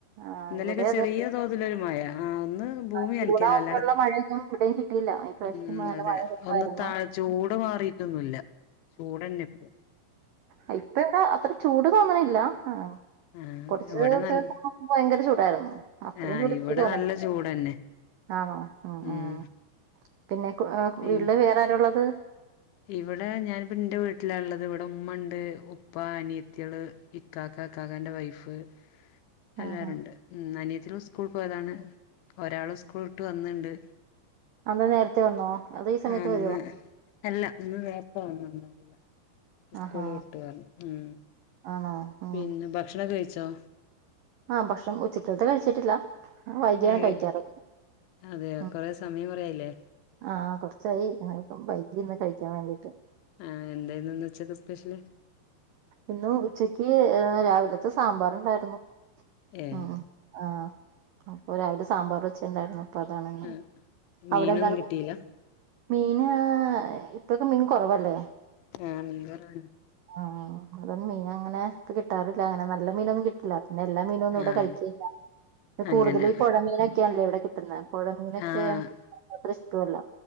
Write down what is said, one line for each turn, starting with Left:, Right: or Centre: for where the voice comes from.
Right: ആഹ്
Left: ഇന്നലൊക്കെ
Right: ഇവിടെ
Left: ചെറിയ തോതിലൊരു മയ ആഹ് ഒന്ന് ഭൂമി
Right: ആഹ് ചൂടാവുമ്പോള്ള
Left: നനക്കലാ അല്ലാതെ
Right: മഴയൊന്നും ഇവിടെയും കിട്ടയില്ല, ഈ പ്രാവശ്യത്തെ
Left: ഉം
Right: മഴ
Left: അതെ
Right: നല്ല മഴ <unintelligible>
Left: ഒന്ന് താ ചൂട് മാറീട്ടൊന്നുല്ല ചൂടന്നെപ്പോ
Right: അയ് ഇപ്പ ഇവിടെ അത്ര ചൂട് തോന്ന്ണില്ലാ ആം
Left: ആഹ്
Right: കൊറച്ച്
Left: ഇവിടെ
Right: എത്തെ
Left: നല്ല
Right: തോണുമ്പ ഭയങ്കര ചൂടായിരുന്നു അത്രയും
Left: ആഹ്
Right: ചൂട്
Left: ഇവിടെ
Right: ഇപ്പ തോന്ന്ണ്
Left: നല്ല ചൂടന്നെ
Right: ആണോ? ആഹ്,
Left: ഉം
Right: ആഹ് പിന്നെ കോ
Left: പിന്നെ
Right: വീട്ടില് വേറെ ആരാ ഉള്ളത്?
Left: ഇവിടെ ഞാനിപ്പ ഇന്റെ വീട്ടിലാള്ളത് ഇവിടെ ഇമ്മ ഇണ്ട് ഉപ്പ അനിയത്തിള് ഇക്കാക്ക ഇക്കാക്കാന്റെ വൈഫ് എല്ലാരുണ്ട്.
Right: ആഹ്
Left: ഉം അനിയത്തിള് സ്കൂൾ പോയതാണ് ഒരാള് സ്കൂൾ വിട്ട് വന്ന്ണ്ട്.
Right: അതെന്താ നേരത്തെ വന്നോ? അതോ ഈ സമയത്ത്
Left: ആ ഇന്ന്
Right: വരുവോ
Left: അല്ല ഇന്ന് നേരത്തെ വന്ന് എന്താ അറീല. സ്കൂള്
Right: ആഹാ
Left: വിട്ട് വന്ന്, ഉം
Right: ആണോ ഉം
Left: പിന്നെ ഭക്ഷണക്കെ കഴിച്ചോ?
Right: ആഹ് ഭക്ഷണം ഉച്ചക്കൽത്തെ കഴിച്ചിട്ടില്ല. വൈകിയാണ്
Left: ഏഹ്
Right: കഴിക്കാറ്
Left: അതേയോ
Right: ഉം
Left: കൊറേ സമയം കൊറേയായില്ലേ.
Right: ആഹ് കൊറച്ചായി ഞാനിപ്പം വൈകീന്ന് കഴിക്കാൻ വേണ്ടിട്ട്.
Left: ആഹ് എന്തായിരുന്ന് ഇന്ന് ഉച്ചക്ക് സ്പെഷ്യല്?
Right: ഇന്ന് ഉച്ചയ്ക്ക് ഏഹ് രാവിലത്ത സാമ്പാറ്ണ്ടായിരുന്നു
Left: ഏഹ്
Right: ആഹ് ആഹ് അപ്പൊ രാവിലെ സാമ്പാറ് വെച്ചെണ്ടാരുന്നു. അപ്പ അതാണ് ഇങ്ങള്,
Left: ആഹ് മീനൊന്നും
Right: അവിടെന്തായിരുന്നു?
Left: കിട്ടിയില്ല
Right: മീന് ഇപ്പൊക്കെ മീൻ കൊറവല്ലേ
Left: ആഹ് മീൻ കൊറവന്നെ
Right: ആഹ് സാധാരണ മീനങ്ങനെ ഇപ്പ കിട്ടാറില്ലങ്ങിനെ നല്ല മീനൊന്നും കി ട്ട്ല്ല പിന്നെ എല്ലാ മീനൊന്നും ഇവിട
Left: ആഹ്
Right: കഴിക്കേയില്ല, ഇവട
Left: അങ്ങനെ
Right: കൂടുതല് ഈ പൊഴ മീനൊക്കെയാണല്ലോ ഇവിടെ കിട്ടുന്നേ പൊഴമീനൊക്കെയാണെങ്കിൽ
Left: ആഹ്
Right: അത്രിഷ്ടൊല്ല.